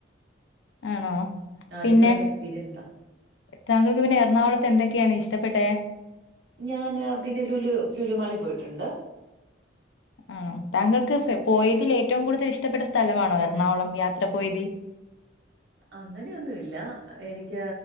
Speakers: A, on the left (about 70°); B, on the right (about 65°).
A: ആണോ
B: ആഹ
A: പിന്നെ
B: ഡിഫറന്റ് എക്സ്പീരിയൻസാ.
A: താങ്കൾക്ക് പിന്നെ എറണാകുളത്ത് എന്തൊക്കെയാണ് ഇഷ്ടപ്പെട്ടെ?
B: ഞാന്. പിന്നെ ലുലു ലുലുമാളിൽ പോയിട്ടുണ്ട്.
A: ആണോ താങ്കൾക്ക് പോയതിൽ ഏറ്റവും കൂടുതൽ ഇഷ്ടപ്പെട്ട സ്ഥലമാണോ എറണാകുളം യാത്ര പോയതിൽ?
B: അങ്ങനെയൊന്നു ഇല്ല. എനിക്ക്